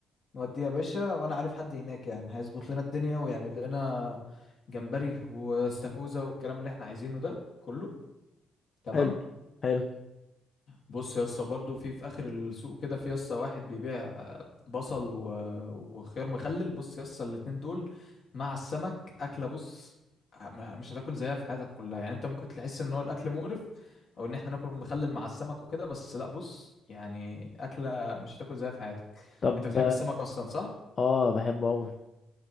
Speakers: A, on the left; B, on the left.
A: نودي يا باشا وانا عارف حد هناك يعني هيظبط لنا الدنيا ويعمل لنا جمبري واستاكوزا والكلام اللي احنا عايزينه ده كله تمام
B: حلو حلو
A: بص يا اسطى برضه في في اخر السوق كده في يا اسطى واحد بيبيع آه، بصل و... وخيار مخلل بص يا اسطى الاتنين دول مع السمك اكله بص م- مش هتاكل زيها في حياتك كلها يعني انت ممكن تحس ان هو الاكل مقرف او ان احنا ناكل مخلل مع السمك وكده بس لا بص يعني اكله مش هتاكل زيها في حياتك
B: طب
A: انت بتحب السمك اصلا صح
B: اه بحبه قوي